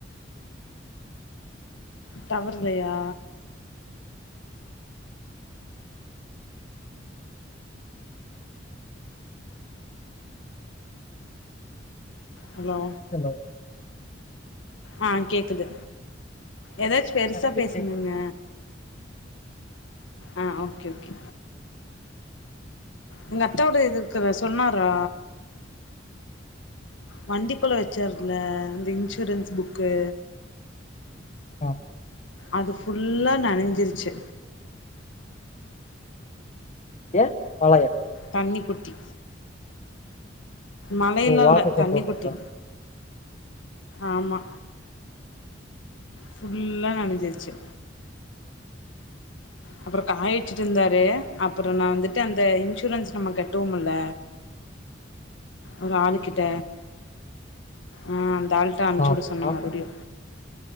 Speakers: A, on the left (about 85°); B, on the left (about 40°).
A: டவர் இல்லயா ஹலோ
B: ஹலோ
A: ஆ கேக்குது எதாச்சு பெருசா
B: எனக்கு
A: பேசுங்கங்க
B: கேக்குது
A: ஆ ஓகே ஓகே எங்க அத்தாவோட எதிர்க்குறா சொன்னாரா வண்டிக்குள்ள வெச்சார்ருல அந்த இன்ஷுரன்ஸ் புக்கு
B: ஆ
A: அது ஃபுல்லா நனஞ்சிருச்சு
B: ஏன் மழயா
A: தண்ணிக்குட்டி மழயில்லா
B: ஓ வாட்டர்
A: இல்ல
B: கேன்
A: தண்ணிக்குட்டி
B: போட்டு வந்தாரா
A: ஆமா புல்லா நனஞ்சிருச்சு அப்புறோ காயவெச்சிட்டுருந்தாரு அப்புறோ நா வந்துட்டு அந்த இன்சூரன்ஸ் நம்ம கட்டுவோம் இல்ல ஒரு ஆளு கிட்ட ஆ அந்தாள் தா அனுச்சு
B: ஆமா
A: வுட சொன்ன மறுப்டியு